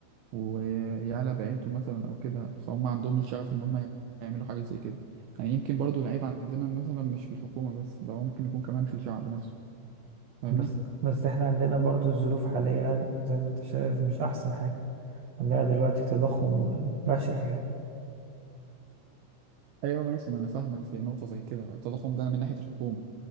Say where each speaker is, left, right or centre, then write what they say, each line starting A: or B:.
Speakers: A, on the right; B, on the right.
A: ويعلى بعيلته مثلا او كده فهم عندهم الشغف ان هم يعملوا حاجه زي كده يعني يمكن برضو العيب عندنا مثلا مش في الحكومه بس ده هو ممكن يكون كمان في الشعب نفسه فاهمني
B: بس بس احنا عندنا برضو الظروف حاليا زي ما انت شايف مش احسن حاجة عندنا دلوقتي تضخم بشع يعني
A: ايوه ماشي ما انا فاهمك في نقطه زي كده التضخم ده من ناحيه الحكومه